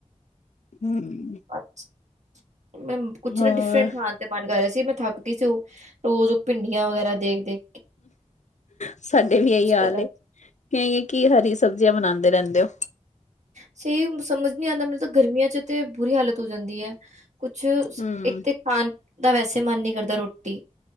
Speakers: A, on the left; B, on the right.
A: ਹੂੰ।
B: ਅੱਛ ਮੈ ਕੁਛ
A: ਹੋਰ
B: ਨਾ ਡਿਫਰੈਂਟ ਖਾਣ- ਤੇ ਮਨ ਕਰ ਰਿਆ ਸੀ। ਮੈ ਥੱਕ ਗਈ ਸੀ ਓਹ ਰੋਜ ਭਿੰਡੀਆਂ ਵਗੈਰਾ ਦੇਖ ਦੇ
A: ਸਾਡੇ ਵੀ ਏਹੀ ਹਾਲ
B: ਅਲੱਗ
A: ਏ। ਕਏਂਗੇਂ ਕਿ ਹਰੀ ਸਬਜ਼ੀਆਂ ਬਣਾੰਦੇ ਰੈੰਦੇ ਓ।
B: ਸਹੀ ਸਮਝ ਨੀ ਆਂਦਾ ਮੈਨ ਤੇ ਗਰਮੀਆਂ ਚ ਤੇ ਬੁਰੀ ਹਾਲਤ ਹੋ ਜਾਦੀ ਐ। ਕੁਛ
A: ਹੂੰ
B: ਇਕ ਤੇ ਖਾਣ ਦਾ ਵੈਸੇ ਮਨ ਨੀ ਕਰਦਾ ਰੋਟੀ।